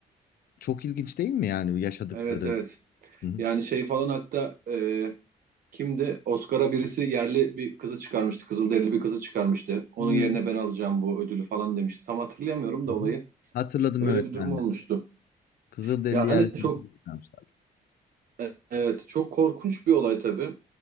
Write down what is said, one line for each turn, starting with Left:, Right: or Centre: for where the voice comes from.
Left: çok ilginç değil mi yani yaşadıkları?
Right: Evet, evet.
Left: Hı hı.
Right: Yani şey falan hatta e, Kimdi? Oscar'a birisi yerli bir kızı çıkarmıştı. Kızılderili bir kızı çıkarmıştı. Onun
Left: Hı
Right: yerine ben alacağım bu ödülü falan demişti. Tam hatırlayamıyorum da
Left: hı.
Right: olayı.
Left: Hatırladım
Right: Öyle
Left: evet
Right: bir durum
Left: ben
Right: olmuştu.
Left: de. Kızılderili
Right: Yani
Left: yerlisini
Right: çok
Left: çıkarmışlar.
Right: e- evet çok korkunç bir olay tabii.